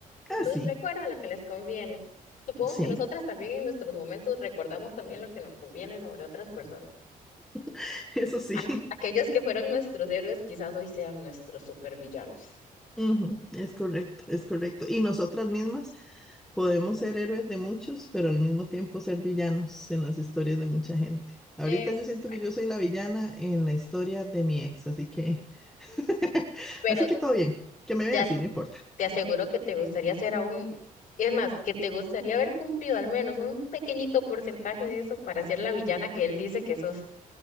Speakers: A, on the left; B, in the centre.
A: Entonces
B: Ah, sí,
A: recuerdan lo que les conviene. Supongo
B: sí,
A: que nosotras también en nuestros momentos recordamos también lo que nos conviene sobre otras personas.
B: <laughs> eso sí.
A: Ay, aquellos que fueron nuestros héroes quizás hoy sean nuestros supervillanos.
B: Ujú, Es correcto, es correcto. Y nosotras mismas. Podemos ser héroes de muchos, pero al mismo tiempo ser villanos en las historias de mucha gente. Ahorita
A: Exacto.
B: yo siento que yo soy la villana en la historia de mi ex, así que, <laughs>
A: Pero
B: así que todo bien. Que me
A: te
B: vea así, no importa.
A: Te aseguro que te gustaría ser aún, es más, que te gustaría haber cumplido al menos un pequeñito porcentaje de eso para ser la villana que él dice que sos.